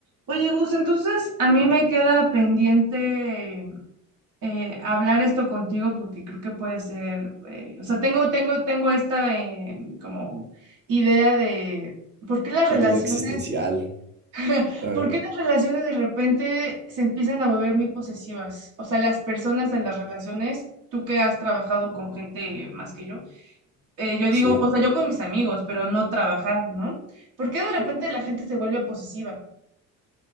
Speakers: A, on the right; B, on the right.
A: Oye, Gus, entonces a mí me queda pendiente eh, hablar esto contigo porque creo que puede ser, eh, o sea, tengo, tengo, tengo esta eh, como idea de por qué las relaciones,
B: La duda existencial.
A: <laughs>
B: A
A: por qué las relaciones de repente se empiezan a volver muy posesivas. O sea, las personas en las relaciones, tú que has trabajado con gente más que yo, eh, yo
B: sí.
A: digo, o sea, yo con mis amigos, pero no trabajar, ¿no? ¿Por qué de repente la gente se vuelve posesiva?